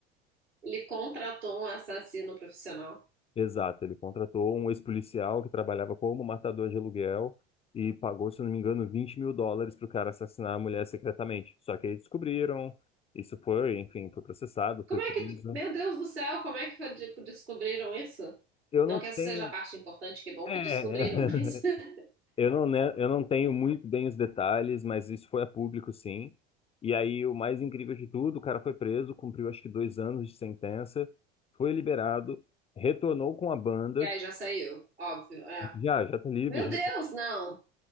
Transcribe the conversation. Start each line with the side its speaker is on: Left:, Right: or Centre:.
Right: Ele contratou um assassino profissional.
Left: Exato, ele contratou um ex-policial que trabalhava como matador de aluguel e pagou, se eu não me engano, 20 mil dólares para o cara assassinar a mulher secretamente. Só que aí descobriram, isso foi, enfim, foi processado,
Right: Como
Left: foi preso.
Right: é que, meu Deus do céu, como é que de- descobriram isso?
Left: Eu
Right: Não
Left: não
Right: que
Left: tenho,
Right: essa seja a parte importante, que bom
Left: É,
Right: que
Left: <laughs>
Right: descobriram, mas. <laughs>
Left: eu não, né, eu não tenho muito bem os detalhes, mas isso foi a público, sim. E aí, o mais incrível de tudo, o cara foi preso, cumpriu acho que dois anos de sentença, foi liberado, retornou com a banda,
Right: E aí já saiu, óbvio, é.
Left: já, já tá livre,
Right: Meu Deus, não.